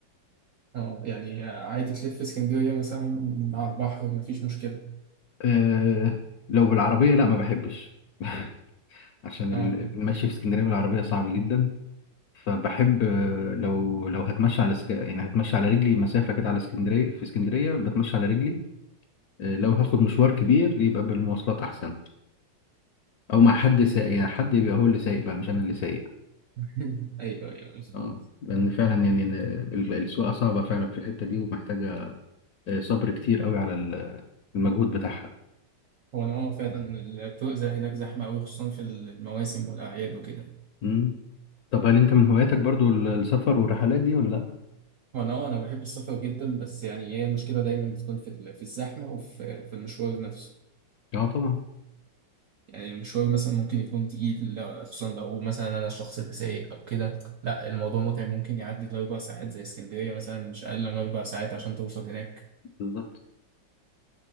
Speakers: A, on the right; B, on the left.
A: اه يعني عادي تلف في اسكندرية مثلا على البحر مفيش مشكلة
B: آه، لو بالعربية لا ما بحبش <laughs> عشان
A: اه
B: ال- المشي في اسكندرية بالعربية صعب جدا فبحب آه، لو لو هتمشى على سك... يعني هتمشى على رجلي مسافة كده على اسكندرية في اسكندرية بتمشى على رجلي آه، لو هاخد مشوار كبير يبقى بالمواصلات أحسن أو
A: مم.
B: مع حد سايق يعني حد يبقى هو اللي سايق بقى مش أنا اللي سايق
A: <laughs> أيوه أيوه بالظبط.
B: اه لأن فعلا يعني إن ال- السواقة صعبة فعلا في الحتة دي ومحتاجة آه، صبر كتير قوي على ال- المجهود بتاعها
A: هو أنا اه فعلا الطرق زي هناك زحمة أوي خصوصا في المواسم والأعياد وكده
B: مم. طب هل أنت من هواياتك برضو ال- السفر والرحلات دي ولا لأ؟
A: هو أنا اه أنا بحب السفر جدا بس يعني هي المشكلة دايما بتكون في ال- في الزحمة وفي في المشوار نفسه
B: اه طبعا
A: يعني المشوار مثلا ممكن يكون تقيل لو- خصوصا لو مثلا انا الشخص اللي سايق او كده لا الموضوع متعب ممكن يعدي لاربع ساعات زي اسكندريه مثلا مش اقل من اربع ساعات عشان توصل هناك
B: بالظبط